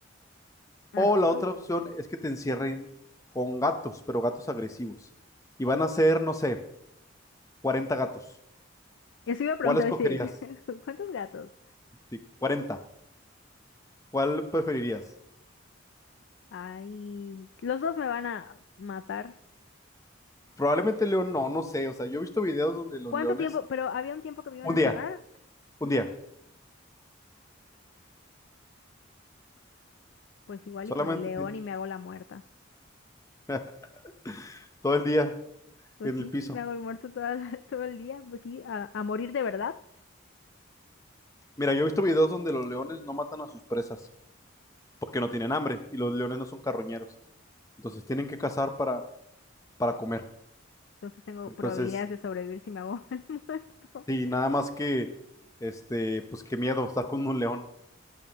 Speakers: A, on the left (about 65°); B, on the left (about 15°).
A: ajá.
B: O la otra opción es que te encierren con gatos, pero gatos agresivos. Y van a ser, no sé, 40 gatos.
A: Eso iba a preguntar,
B: ¿Cuál escogerías?
A: dice, <laughs> ¿cuántos gatos?
B: Sí, 40. ¿Cuál preferirías?
A: Ay, los dos me van a matar.
B: Probablemente el león, no, no sé. O sea, yo he visto videos donde los
A: ¿Cuánto
B: leones,
A: tiempo? Pero había un tiempo que me iban
B: un
A: a
B: día,
A: encerrar,
B: un día,
A: pues igual
B: solamente
A: y con el león
B: tienes
A: y me hago la muerta.
B: <laughs> todo el día
A: Pues
B: en
A: sí,
B: el piso.
A: me hago el muerto toda la- <laughs> todo el día, pues sí, a, a morir de verdad.
B: Mira, yo he visto videos donde los leones no matan a sus presas porque no tienen hambre y los leones no son carroñeros. Entonces tienen que cazar para, para comer.
A: Entonces tengo
B: Entonces,
A: probabilidades de sobrevivir si me hago <laughs> el muerto.
B: sí, nada más que, este, pues qué miedo estar con un león.